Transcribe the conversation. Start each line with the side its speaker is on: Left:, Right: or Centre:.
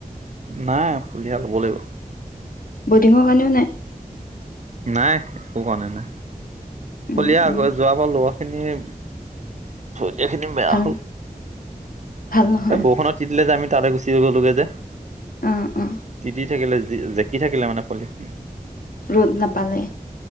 Right: নাই ফুলিয়া হ'ব লাগিব
Left: বডিঙৰ কাৰণেও নাই
Right: নাই একো কাৰণে নাই
Left: উম
Right: খলিয়া
Left: উম
Right: আকৌ যোৱাবাৰ লৰা খিনি এতিয়া খিনি বেয়া
Left: ভাল
Right: হ'ল
Left: ভাল নহয়
Right: এ বৰষুণত তিতিলে যে আমি তালে গুচি গ'লোগে যে
Left: অ অ
Right: তিতি থাকিলে জেকি থাকিলে মানে পলি
Left: ৰ'দ নাপালে।